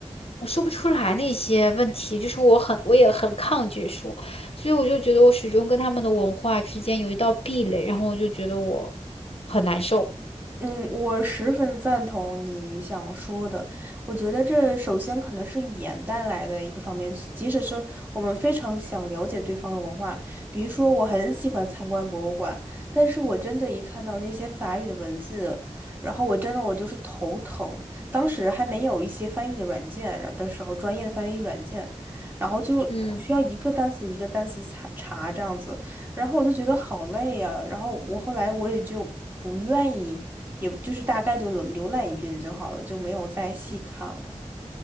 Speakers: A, on the left (about 55°); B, on the right (about 15°).
A: 我说不出来那些问题，就是我很我也很抗拒说，所以我就觉得我始终跟他们的文化之间有一道壁垒，然后我就觉得我很难受，
B: 嗯，我十分赞同你想说的。我觉得这首先可能是语言带来的一个方面，即使是我们非常想了解对方的文化，比如说我很喜欢参观博物馆，但是我真的一看到那些法语的文字，然后我真的我就是头疼。当时还没有一些翻译的软件，然后的时候专业的翻译软件，然后就我需要一个单词一个单词查查这样子，
A: 嗯。
B: 然后我就觉得好累呀、然后我后来我也就不愿意。也就是大概就浏览一遍就好了，就没有再细看了。